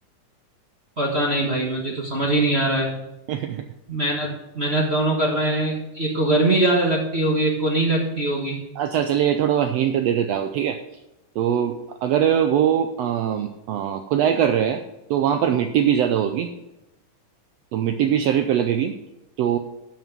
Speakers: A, on the right; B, on the right.
A: पता नहीं भाई मुझे तो समझ ही नहीं आ रहा है
B: <laughs>
A: मेहनत मेहनत दोनों कर रहे हैं एक को गर्मी ज्यादा लगती होगी एक को नहीं लगती होगी
B: अच्छा चलिए थोड़ा हिंट दे देता हूँ ठीक है तो अगर वो अम, अ, खुदाई कर रहे हैं तो वहां पर मिट्टी भी ज्यादा होगी तो मिट्टी भी शरीर पे लगेगी तो